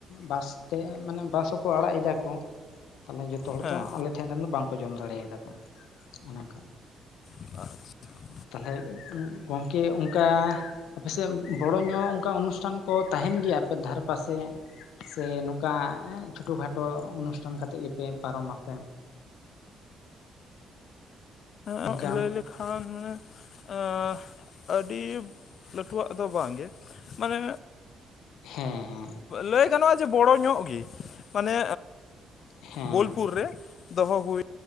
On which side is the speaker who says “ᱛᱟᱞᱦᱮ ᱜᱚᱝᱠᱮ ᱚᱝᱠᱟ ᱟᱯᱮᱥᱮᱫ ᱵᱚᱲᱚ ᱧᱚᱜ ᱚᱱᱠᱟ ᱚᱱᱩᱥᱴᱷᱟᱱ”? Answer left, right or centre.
Left